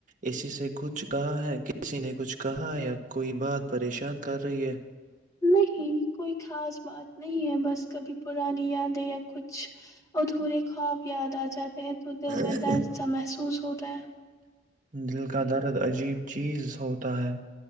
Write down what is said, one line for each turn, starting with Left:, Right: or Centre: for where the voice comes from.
Right: اسی سے کچھ کہا ہے کسی نے کچھ کہا ہے یا کوئی بات پریشان کر رہی ہے
Left: نہیں کوئی خاص بات نہیں ہے بس کبھی پرانی یادیں یا کچھ ادھورے خواب یاد آ جاتے تو
Right: ہے
Left: دل میں درد سا محسوس ہو ہوتا ہیں
Right: دل کا درد عجیب چیز ہوتا ہے